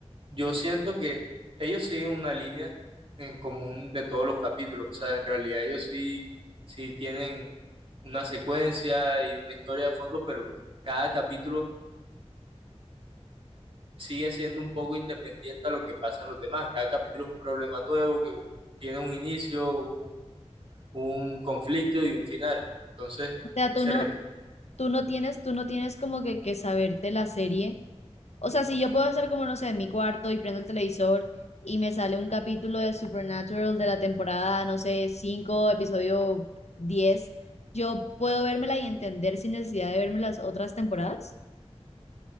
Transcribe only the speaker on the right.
yo siento que ellos siguen una línea en común de todos los capítulos. O sea, en realidad ellos sí, sí tienen una secuencia y una historia de fondo, pero cada capítulo sigue siendo un poco independiente a lo que pasa en los demás. Cada capítulo es un problema nuevo que tiene un inicio, un, un conflicto y un final. Entonces,
se
repite